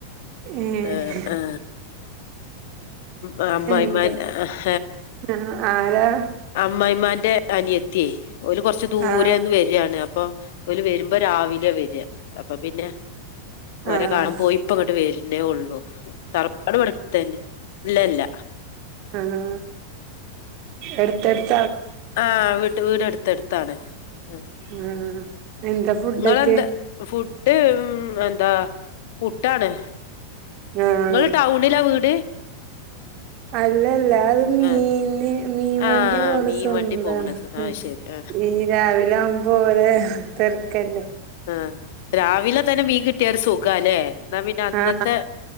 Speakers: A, on the right; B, on the left.
A: ഏഹ്
B: ഏ ആ ആ അമ്മായിമാൻഹ
A: എന്താ ആഹ് ആരാ
B: അമ്മ്മമായിമാ അനിയ ഒരുര് കുറച്ച് ദൂരെ
A: ആഹ്
B: ഒന്ന് വരിയാണ് അപ്പൊ ഒരുല് വരുമ്പോ രാവിലെ വരിക അപ്പൊ പിന്നെ ഓര
A: ആഹ്
B: കാണുമ്പോയി ഇപ്പ ഇങ്ങോട്ട് വര പിന്നെ ഉള്ളൂ തറവട് എടുത്തനെ ഇല്ലല്ല
A: ആഹ എടുത്തെടുത്ത്
B: ആഹ വീട്ട വീടെടുത്ത്ടുത്താണ് ആ
A: ആഹ് എന്താ ഫുഡൊക്കെ
B: നിങ്ങെന്താ ഫുഡ് ട്ട് എന്താ പുട്ടാണ്
A: ആഹ്
B: നിങ്ങള് ടൗണിലാ വീട്
A: അ ല്ല മീന്
B: ആ
A: മീൻ വണ്ടി
B: ആ
A: പോണ
B: മീൻ
A: സന്നതാണ്
B: വണ്ടി പോകണത് ആ ശരി ആ
A: രാവിലൊവവുമ്പോര തെർക്കല്ലേ
B: ആഹ രാവിലെ തന്നെ മീൻ കിട്ടിയ ഒരു സുഖ അല്ലേ എന്നാ പിന്നെ അന്നത്തെ
A: ആഹ്